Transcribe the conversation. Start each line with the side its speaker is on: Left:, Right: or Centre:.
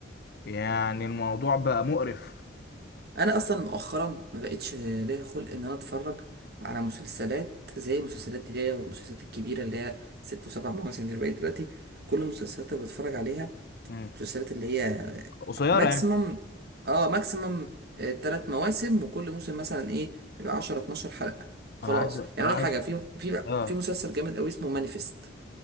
Left: يعني الموضوع بقى مقرف
Right: انا اصلا مؤخرا ما بقتش ليا خلق ان انا اتفرج على مسلسلات زي المسلسلات دي اللي هي المسلسلات الكبيره اللي هي ست وسبع مواسم اللي بقت دلوقتي كل المسلسلات اللي بتفرج عليها
Left: مم.
Right: مسلسلات اللي هي
Left: قصيرة
Right: ماكسيمم
Left: يعني
Right: اه ماكسيمم تلات مواسم وكل موسم مثلا ايه بيبقى 10 12 حلقه خلاص
Left: انا عايز انا
Right: يعني اقول
Left: عايز
Right: لك حاجه في في
Left: اه
Right: في مسلسل جامد قوي اسمه مانيفست